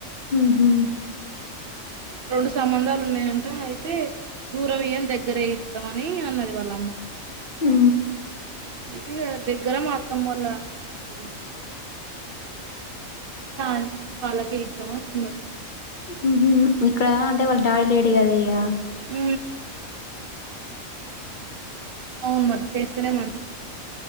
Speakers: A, on the left; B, on the right.
A: ఊహు.
B: రెండు సంబంధాలు ఉన్నాయంట అయితే దూరం ఇయ్యను దగ్గరే ఇత్తం అని అన్నది వాళ్ళమ్మ.
A: ఉ
B: అయితే ఇగ దగ్గర మా అత్తమోల్ల బందువులు <inaudible> అయితే ఆయన వాళ్ళకే ఇత్తమని అని అన్నరు.
A: ఊహూ ఇక్కడ అంటే వాళ్ డాడీ లేడు కద ఇగ.
B: ఊ అవును మరి చేస్తేనే మంచిది.